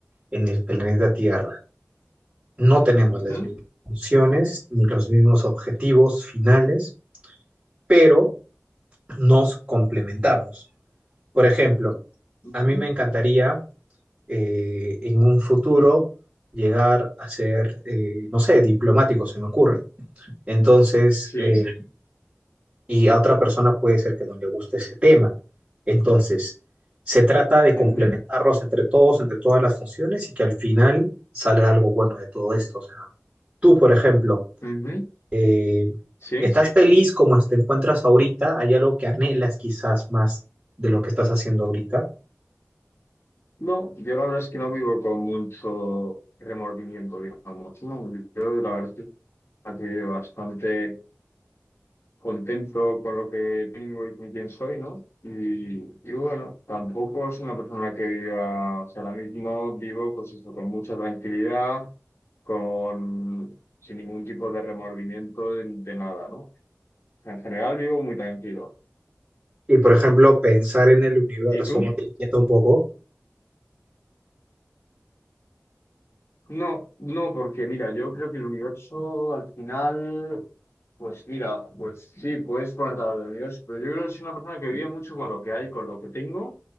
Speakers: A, on the right; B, on the left.
A: en el planeta Tierra. No tenemos
B: ujú,
A: las mismas funciones ni los mismos objetivos finales, pero nos complementamos. Por ejemplo,
B: ujú.
A: a mí me encantaría eh, en un futuro llegar a ser, eh, no sé, diplomático, se me ocurre. Entonces,
B: Sí.
A: eh, y a otra persona puede ser que no le guste ese tema. Entonces, se trata de complementarlos
B: ujú,
A: entre todos, entre todas las funciones y que al final salga algo bueno de todo esto. O sea, tú, por ejemplo,
B: ujú,
A: eh,
B: Sí.
A: ¿estás feliz como te encuentras ahorita? ¿Hay algo que anhelas quizás más de lo que estás haciendo ahorita?
B: No, yo la verdad es que no vivo con mucho remordimiento, digamos, ¿no? Yo la verdad es que estoy bastante contento con lo que tengo y con quién soy, ¿no? Y, y bueno, tampoco es una persona que viva, o sea, ahora mismo vivo pues eso, con mucha tranquilidad con, sin ningún tipo de remordimiento de, de nada, ¿no? O sea, en general vivo muy tranquilo.
A: Y por ejemplo, pensar en el universo,
B: ¿Y tú?
A: ¿no te inquieta un poco?
B: No, no, porque mira, yo creo que el universo al final, pues mira, pues sí, puedes ponerte a hablar del universo, pero yo creo que soy una persona que vive mucho con lo que hay, con lo que tengo,